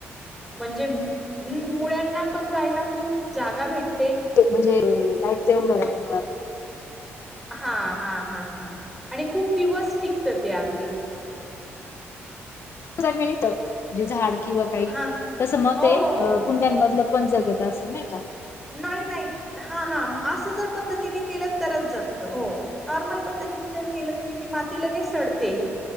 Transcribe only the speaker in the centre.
म्हणजे म हूं मुळ्यांना पण जायला खूप जागा भेट
हा हा हा हा आणि खूप दिवस टिकत ते अगदी-
हा
हो
हो हो
नाही नाही हा हा असं जर पद्धतीने केलं तरच जगत हो नॉर्मल पद्धत तीत जर केलं तुम्ही की ती माती लगेच सडते.